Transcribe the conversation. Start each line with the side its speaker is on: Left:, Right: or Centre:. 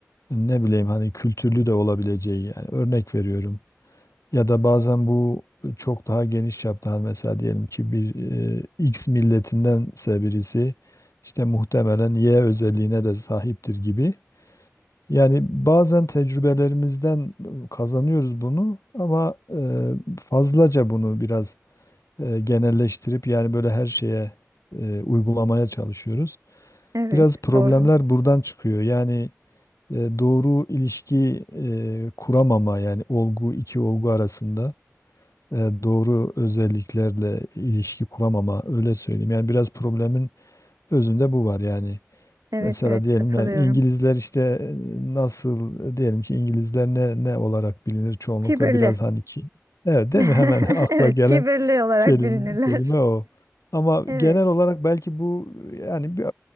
Left: ne bileyim hani kültürlü de olabileceği yani örnek veriyorum. Ya da bazen bu çok daha geniş çapta hani mesela diyelim ki bir e, X milletindense birisi işte muhtemelen Y özelliğine de sahiptir gibi. Yani bazen tecrübelerimizden kazanıyoruz bunu ama e, fazlaca bunu biraz e, genelleştirip yani böyle her şeye e, uygulamaya çalışıyoruz.
Right: Evet,
Left: Biraz problemler
Right: doğru.
Left: buradan çıkıyor. Yani e, doğru ilişki e, kuramama yani olgu iki olgu arasında e, doğru özelliklerle ilişki kuramama öyle söyleyeyim. Yani biraz problemin özünde bu var yani.
Right: Evet,
Left: Mesela
Right: evet
Left: diyelim
Right: katılıyorum.
Left: yani İngilizler işte e, nasıl e, diyelim ki İngilizler ne ne olarak bilinir çoğunlukla
Right: Kibirli.
Left: biraz hani ki evet değil
Right: <laughs>
Left: mi hemen <laughs> akla
Right: Evet,
Left: gelen
Right: kibirli olarak
Left: Kelime,
Right: bilinirler.
Left: kelime o. Ama
Right: Evet,
Left: genel olarak belki bu yani bir-